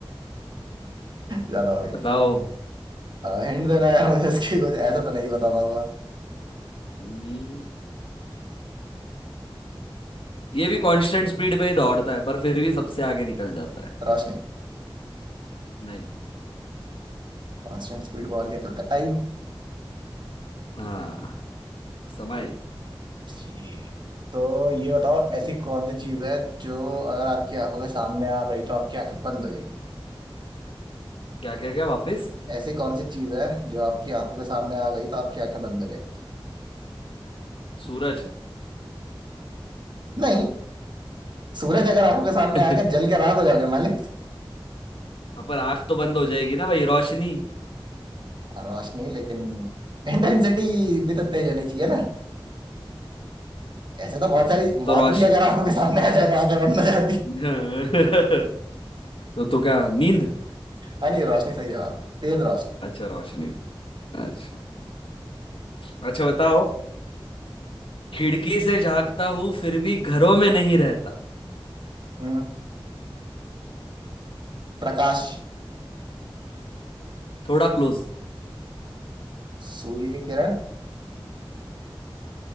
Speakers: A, on the right (about 55°); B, on the left (about 75°).
A: ज्यादा हो गया
B: बताओ
A: हिंट देना यार मुझे इसकी कुछ ऐसा तो नहीं बता पाऊंगा
B: हम्म, ये भी कांस्टेंट स्पीड पे ही दौड़ता है पर फिर भी सबसे आगे निकल जाता है
A: रोशनी
B: नहीं
A: कांस्टेंट स्पीड पर और क्या चलता है टाइम
B: हाँ समय
A: जी तो ये बताओ
B: क्या
A: ऐसी कौन सी चीज है जो अगर आपकी आंखों के सामने आ गई तो आपकी आंखें बंद हो
B: क्या क्या वापस
A: ऐसी कौन सी चीज है जो आपकी आंखों के सामने आ गई तो आपकी आंखें बंद हो जाएंगी
B: सूरज
A: नहीं सूरज अगर आंखों
B: <laughs>
A: के सामने आ गया जल के राख हो जाओगे मालिक
B: हाँ, पर आंख तो बंद हो जाएगी ना भाई रोशनी
A: रोशनी लेकिन इंटेंसिटी भी तो तेज होनी चाहिए ना ऐसे तो बहुत
B: हाँ,
A: सारी मौत
B: तो रोश
A: भी अगर आंखों के सामने आ जाए तो आंखें बंद हो जाती
B: <laughs> तो तो क्या नींद
A: हाँ नहीं रोशनी सही जवाब है तेज रोशनी
B: अच्छा रोशनी अच्छा अच्छा बताओ खिड़की से झांकता हूँ फिर भी घरों में नहीं रहता
A: हम्म प्रकाश
B: थोड़ा क्लोज
A: सूर्य की किरण